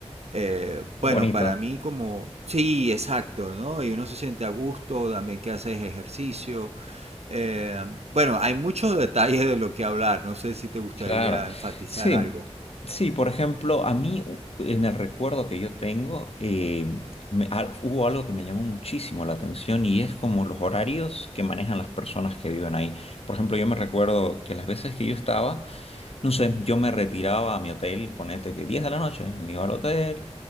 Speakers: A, on the right; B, on the left.
A: eh, bueno,
B: Bonito.
A: para mí como, sí, exacto, ¿no? Y uno se siente a gusto, también que haces ejercicio. Eh, bueno, hay muchos detalles de lo que hablar, no sé si te gustaría
B: Claro,
A: enfatizar
B: sí,
A: algo.
B: sí, por ejemplo, a mí u- en el recuerdo que yo tengo, eh, me- al- hubo algo que me llamó muchísimo la atención y es como los horarios que manejan las personas que viven ahí. Por ejemplo, yo me recuerdo que las veces que yo estaba, no sé, yo me retiraba a mi hotel, ponete que 10 de la noche, me iba al hotel,